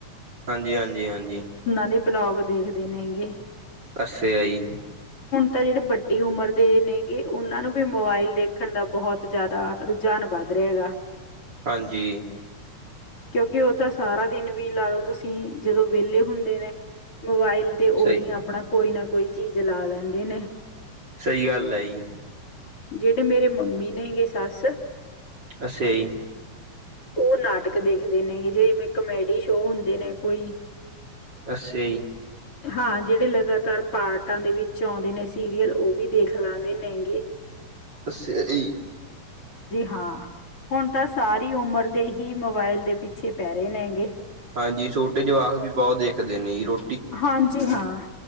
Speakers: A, on the right; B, on the left.
A: ਹਾਂਜੀ-ਹਾਂਜੀ, ਹਾਂਜੀ
B: ਦੇ ਬਲੋਗ ਦੇਖਦੇ ਨੇ ਹੈਗੇ।
A: ਅੱਛਾ ਜੀ।
B: ਤਾਂ ਜਿਹੜੇ ਵੱਡੀ ਉਮਰ ਦੇ ਨੇਗੇ ਉਹਨਾਂ ਨੂੰ ਵੀ ਮੋਬਾਇਲ ਦੇਖਣ ਦਾ ਬਹੁਤ ਜਾਦਾ ਰੁ ਜਾਣ ਵੱਧ ਰਹੇਗਾ।
A: ਹਾਂਜੀ।
B: ਕਿਉਂਕਿ ਉਹ ਤਾਂ ਸਾਰਾ ਦਿਨ ਵੀ ਲਾ ਲਓ ਤੁਸੀਂ ਜਦੋਂ ਵਿਹਲੇ ਹੁੰਦੇ ਨੇ ਮੋਬਾਇਲ ਤੇ ਉਹਦੀ
A: ਸਹੀ
B: ਆਪਣਾ ਕੋਈ ਨਾ ਕੋਈ ਚੀਜ਼ ਲਾ ਲੈਂਦੇ ਨੇ।
A: ਸਹੀ ਗੱਲ ਹੈ ਜੀ।
B: ਜਿਹੜੇ ਮੇਰੇ ਮੰਮੀ ਨੇਗੇ ਸੱਸ
A: ਅੱਛਾ ਜੀ।
B: ਉਹ ਨਾਟਕ ਦੇਖਦੇ ਨੇ ਜੇ ਕਮੇਡੀ ਸ਼ੋਅ ਹੁੰਦੇ ਨੇ ਕੋਈ
A: ਅੱਛਾ ਜੀ।
B: ਹਾਂ ਜਿਹੜੇ ਲਗਾਤਾਰ ਪਾਰਟਾਂ ਦੇ ਵਿੱਚ ਆਉਂਦੇ ਨੇ ਸੀਰੀਅਲ ਉਹ ਵੀ ਦੇਖ ਲਾਂਦੇ ਨੇ ਹੈਗੇ।
A: ਅੱੱਸ ਈ।
B: ਹਾਂ ਹੁਣ ਤਾਂ ਸਾਰੀ ਉਮਰ ਦੇ ਹੀ ਮੋਬਾਇਲ ਦੇ ਪਿੱਛੇ ਪੈ ਰਹੇ ਨੇ ਹੈਗੇ।
A: ਹਾਂਜੀ ਛੋਟੇ ਜਵਾਕ ਵੀ ਬਹੁਤ ਦੇਖਦੇ ਨੇ ਰੋ
B: ਹਾਂਜੀ ਹਾਂ।